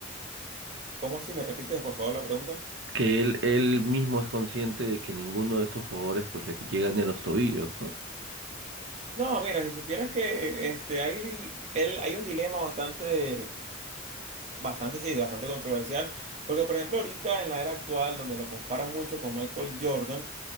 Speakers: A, on the right; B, on the right.
A: ¿Cómo así? ¿Me repites, por favor, la pregunta?
B: Que él, él mismo es consciente de que ninguno de estos jugadores pues le llega ni a los tobillos, ¿no?
A: No, mira, si supieras que este, hay, él, hay un dilema bastante, bastante, sí, bastante controversial, porque por ejemplo ahorita en la era actual, donde lo comparan mucho con Michael Jordan,